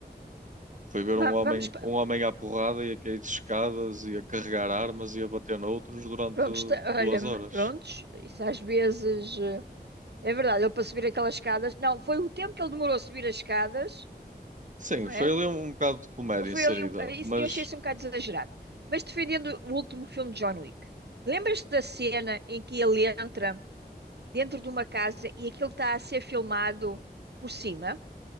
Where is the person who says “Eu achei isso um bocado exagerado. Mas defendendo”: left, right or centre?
Right